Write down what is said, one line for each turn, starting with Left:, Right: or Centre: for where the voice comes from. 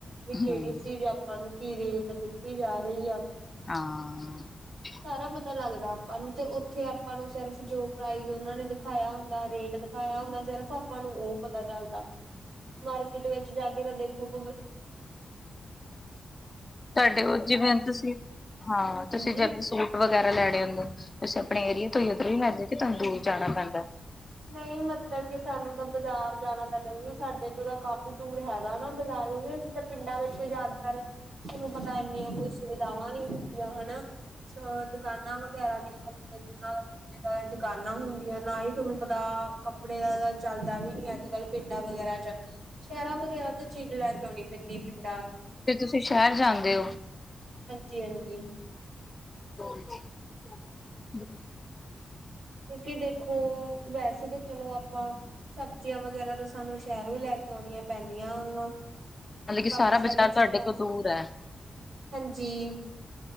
Right: ਵੀ
Left: ਹਮ
Right: ਕਿਹੜੀ ਚੀਜ਼ ਆਪਾਂ ਨੂੰ ਕੀ ਰੇਟ ਦਿੱਤੀ ਜਾ ਰਹੀ ਆ।
Left: ਹਾਂ।
Right: ਸਾਰਾ ਪਤਾ ਲੱਗਦਾ ਆਪਾਂ ਨੂੰ ਤੇ ਉੱਥੇ ਆਪਾਂ ਨੂੰ ਸਿਰਫ ਜੋ ਪ੍ਰਾਈਜ਼ ਉਹਨਾਂ ਨੇ ਦਿਖਾਇਆ ਹੁੰਦਾ ਰੇਟ ਦਿਖਾਇਆ ਹੁੰਦਾ ਸਿਰਫ਼ ਆਪਾਂ ਨੂੰ ਉਹ ਪਤਾ ਚੱਲਦਾ। ਮਾਰਕੀਟ ਵਿੱਚ ਜਾ ਕੇ ਰਦੇ ਖੂਬ
Left: <inaudible> ਤੁਹਾਡੇ ਉਹ ਜਿਵੇਂ ਹ ਤੁਸੀਂ ਹਾਂ
Right: ਹਾਂਜੀ
Left: ਤੁਸੀਂ ਜਿਵੇਂ ਸੂਟ ਵਗੈਰਾ ਲੈਣੇ ਹੁੰਦੇ ਤੁ ਆਪਣੇ ਏਰੀਏ ਤੋਂ ਹੀ ਉੱਧਰ ਹੀ ਲੈਂਦੇ ਕੇ ਤੁਹਾਨੂੰ ਦੂਰ ਜਾਣਾ ਪੈਂਦਾ।
Right: ਨਹੀਂ ਮਤਲਬ ਕਿ ਸਾਨੂੰ ਤਾਂ ਬਾਜ਼ਾਰ ਜਾਣਾ ਲੱਗ ਸਾਡੇ ਤੋਂ ਤਾਂ ਕਾਫੀ ਦੂਰ ਹੈਗਾ ਨਾ ਬਾਜ਼ਾਰ। ਅਸੀਂ ਤਾਂ ਪਿੰਡਾਂ ਵਿੱਚ ਜਿਆਦਾਤਰ ਤੁਹਾਨੂੰ ਪਤਾ ਇੰਨੀਆਂ ਕੋਈ ਸੁਵਿਧਾਵਾਂ ਨਹੀਂ ਹੁੰਦੀਆਂ ਹਨਾ। ਦੁਕਾਨਾਂ ਵਗੈਰਾ ਦੀਆਂ ਕੱਪੜੇ ਦੀ ਜ ਦੁਕਾਨਾਂ ਹੁੰਦੀਆਂ ਨਾ ਹੀ ਤੁਹਾਨੂੰ ਪਤਾ ਕੱਪੜੇ ਦਾ ਤਾਂ ਚੱਲਦਾ ਵੀ ਨੀ ਅੱਜ ਕੱਲ ਪਿੰਡਾਂ ਵਗੈਰਾ ਚ ਸ਼ਹਿਰਾਂ ਵਗੈਰਾ ਤੋਂ ਚਿੰਨ ਲੈ ਉਣੀ ਪੈਂਦੀ ਪਿੰ
Left: ਫੇ ਤੁਸੀਂ ਸ਼ਹਿਰ ਜਾਂਦੇ ਹੋ।
Right: ਜੀ ਹਾਂਜੀ।
Left: <unintelligible>
Right: ਕਿਉਂਕਿ ਦੇਖੋ ਵੈਸੇ ਤਾਂ ਚਲੋ ਆਪਾਂ ਸਬਜ਼ੀਆਂ ਵਗੈਰਾ ਤਾਂ ਸਾਨੂੰ ਸ਼ਹਿਰੋਂ ਹੀ ਲੈ ਕੇ ਆਉਣੀਆਂ ਪੈਂਦੀਆਂ ਹੈਨਾ
Left: ਮਤਲਬ ਕਿ
Right: ਬਾਕੀ
Left: ਸਾਰਾ
Right: ਸਾਰੀਆਂ
Left: ਬਾਜ਼ਾਰ
Right: ਚੀਜ਼ਾਂ
Left: ਤੁਹਾਡੇ ਤੋਂ ਦੂਰ ਹੈ
Right: ਹਾਂਜੀ